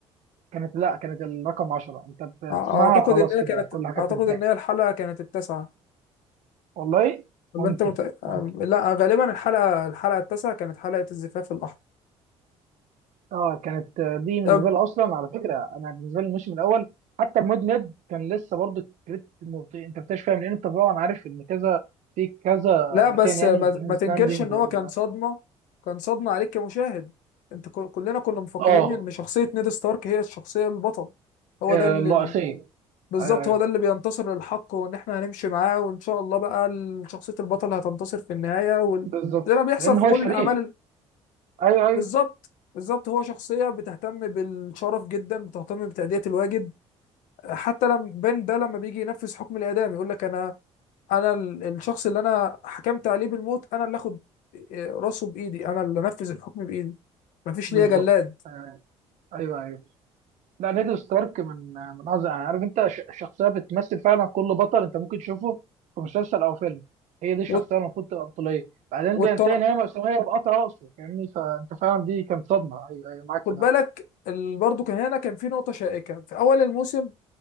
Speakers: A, on the right; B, on the left.
A: كانت لا كانت الرقم 10 انت بتسمعها
B: اعتقد
A: وخلاص
B: ان هي
A: كده
B: كانت
A: كل حاجه
B: اعتقد
A: بتنتهي
B: ان هي الحلقه كانت التاسعه
A: والله
B: ولا
A: ممكن
B: انت مت... أم-
A: ممكن
B: لا غالبا الحلقه الحلقه التاسعه كانت حلقه الزفاف الاحمر
A: اه كانت آه، دي بالنسبه
B: طب
A: لي اصلا على فكره انا بالنسبه لي الموسم الاول حتى المود ميد كان لسه برضه الكريت مبطيء انت بتكتشف فاهم لان انت طبعا عارف ان كذا في كذا
B: لا بس
A: مكان يعني
B: ما,
A: جيمز
B: ما تنكرش
A: لاندنج
B: ان
A: وال
B: هو كان صدمه كان صدمه عليك كمشاهد انت ك- كلنا كنا مفكرين
A: اه
B: ان شخصيه نيد ستارك هي الشخصيه البطل هو
A: آه،
B: ده اللي
A: الرئيسيه
B: بالظبط
A: ايوه ايوه
B: هو ده اللي بينتصر للحق وان احنا هنمشي معاه وان شاء الله بقى ال- شخصية البطل هتنتصر في النهاية وال...
A: بالظبط
B: زي ما بيحصل
A: لان
B: في
A: هو
B: كل
A: شريف
B: الاعمال ال-
A: ايوه ايوه
B: بالظبط بالظبط هو شخصية بتهتم بالشرف جدا بتهتم بتأدية الواجب حتى لما بين ده لما بيجي ينفذ حكم الإعدام يقول لك انا انا ال- الشخص اللي انا حكمت عليه بالموت انا اللي اخد إيه، راسه بايدي انا اللي انفذ الحكم بايدي مفيش
A: بالظبط
B: ليا جلاد
A: آه، ايوه ايوه لا نيد ستارك من من اعظم يعني عارف انت ش- شخصيه بتمثل فعلا كل بطل انت ممكن تشوفه في مسلسل او فيلم هي دي الشخصيه
B: والت...
A: المفروض تبقى بطوليه بعدين
B: والتن...
A: بينتهي ان هي مأساوية بقطع راسه فاهمني فانت فعلا دي كانت صدمه ايوه ايوه معاك
B: خد
A: في ده
B: بالك ال- برضه كان هنا كان في نقطة شائكة في أول الموسم